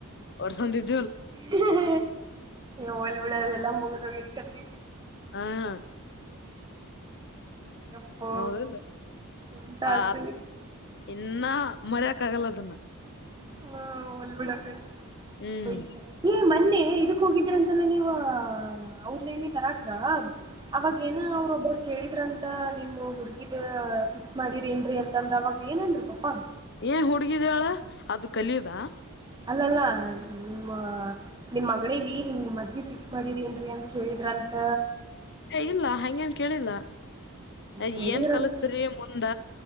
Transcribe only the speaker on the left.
ವರ್ಸಂದಿದ್
ಹಾ ಹಾ
ಹೌದಲ್ಲ <inaudible>
ಹ
ಇನ್ನ ಮರಿಯಾಕಗಲದನ್ನ
ಹ್ಮ್
ಏ ಹುಡುಗಿದಾಳ ಅದು ಕಲಿಯುದ
ಇಲ್ಲ ಹಂಗಗೆನ್ ಕೇಳಿಲ್ಲ <inaudible>
ಏನ್ ಕಲಸ್ತರಿ ಮುಂದ